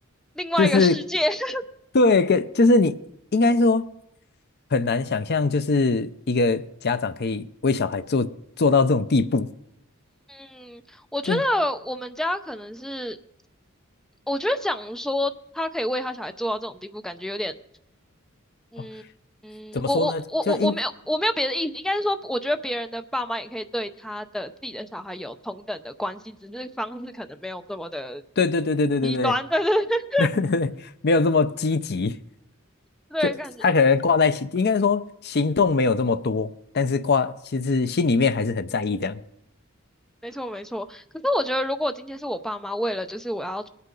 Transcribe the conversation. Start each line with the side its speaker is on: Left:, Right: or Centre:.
Centre: 另外一个世界。
Left: 就是
Centre: <laughs>
Left: 对，跟就是你应该说很难想象，就是一个家长可以为小孩做做到这种地步，
Centre: 嗯，我觉得我们家可能是
Left: 就
Centre: 我觉得讲说他可以为他小孩做到这种地步，感觉有点，嗯嗯，
Left: 哦，怎么说呢？
Centre: 我我我我我没有我没有别的意思，
Left: 就应
Centre: 应该是说，我觉得别人的爸妈也可以对他的自己的小孩有同等的关系，只是方式可能没有这么的
Left: 对对对对对对对
Centre: 极端，对对对，<laughs>
Left: <laughs> 对对没有这么积极，
Centre: 对感觉
Left: 就他可能挂在心，应该说行动没有这么多，但是挂其实心里面还是很在意这样。
Centre: 没错没错。可是我觉得，如果今天是我爸妈为了就是我要